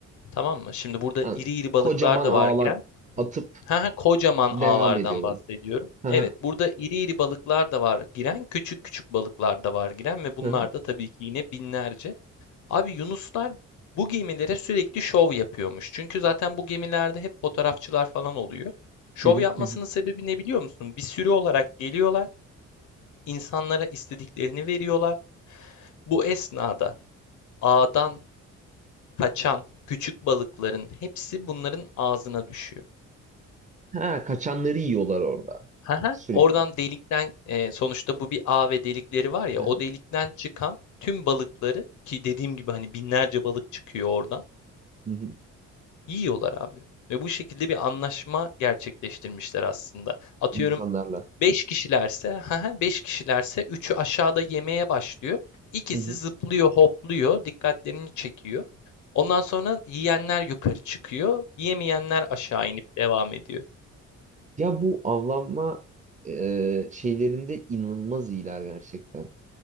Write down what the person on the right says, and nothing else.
Yani
kocaman
ağlar
atıp
devam
ediyor böyle.
Hı
hı.
Hı hı.
Hı hı.
Hı hı.
Ha, kaçanları yiyorlar orada
sürekli.
Hı
hı.
Hı hı.
İnsanlarla.
Hı hı.
Ya bu avlanma e, şeylerinde inanılmaz iyiler gerçekten.